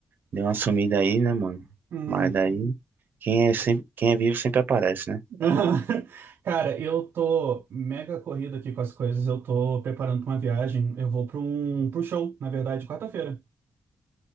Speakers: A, on the right; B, on the right.
A: deu uma sumida aí, né, mano?
B: Uhum.
A: Mas daí, quem é, sempre, quem é vivo sempre aparece, né?
B: <laughs> Cara, eu tô mega corrido aqui com as coisas. Eu tô preparando pra uma viagem. Eu vou pra um, pro show, na verdade, quarta-feira.